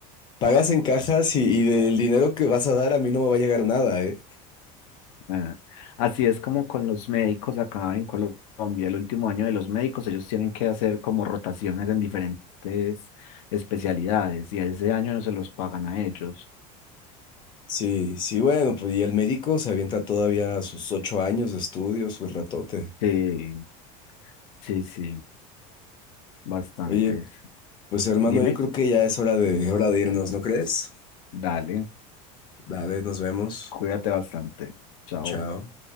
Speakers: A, on the left; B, on the left.
A: Pagas en cajas y, y del dinero que vas a dar a mí no me va a llegar nada, ¿eh?
B: eh, Así es como con los médicos acá en Colombia, el último año de los médicos, ellos tienen que hacer como rotaciones en diferentes especialidades y ese año no se los pagan a ellos.
A: Sí, sí, bueno, pues y el médico se avienta todavía sus ocho años de estudio, su ratote.
B: Sí, sí, sí, bastantes.
A: Oye, pues hermano,
B: Dime,
A: yo creo que ya es hora de, hora de irnos, ¿no crees?
B: dale,
A: Vale, nos vemos.
B: cuídate bastante. Chao.
A: Chao.